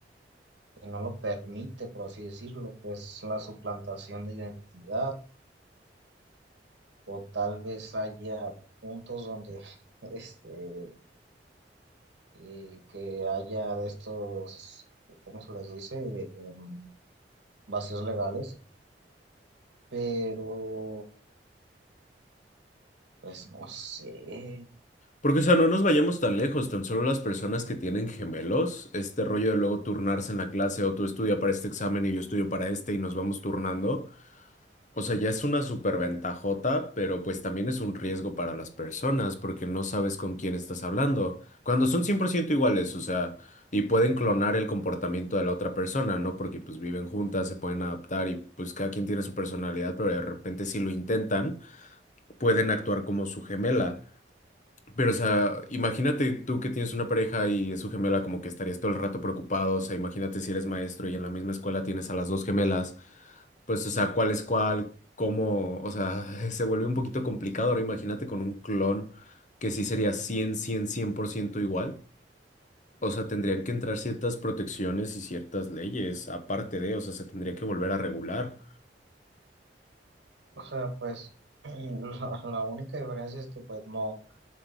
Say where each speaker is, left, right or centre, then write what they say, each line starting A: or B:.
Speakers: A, on the right; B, on the left.
A: que no lo permite, por así decirlo, que es la suplantación de identidad, o tal vez haya puntos donde <laughs> este, eh, que haya de estos, ¿cómo se les dice? Em, vacíos legales, pero pues no sé.
B: Porque, o sea, no nos vayamos tan lejos, tan solo las personas que tienen gemelos, este rollo de luego turnarse en la clase o tú estudia para este examen y yo estudio para este y nos vamos turnando. O sea, ya es una superventajota, pero pues también es un riesgo para las personas porque no sabes con quién estás hablando. Cuando son 100% iguales, o sea, y pueden clonar el comportamiento de la otra persona, ¿no? Porque pues viven juntas, se pueden adaptar y pues cada quien tiene su personalidad, pero de repente si lo intentan, pueden actuar como su gemela. Pero, o sea, imagínate tú que tienes una pareja y es su gemela, como que estarías todo el rato preocupado. O sea, imagínate si eres maestro y en la misma escuela tienes a las dos gemelas. Pues, o sea, ¿cuál es cuál? ¿Cómo? O sea, <laughs> se vuelve un poquito complicado. Ahora imagínate con un clon que sí sería cien cien cien por ciento igual. O sea, tendrían que entrar ciertas protecciones y ciertas leyes, aparte de, o sea, se tendría que volver a regular.
A: O sea, pues <clears throat> la, la única diferencia es que pues no,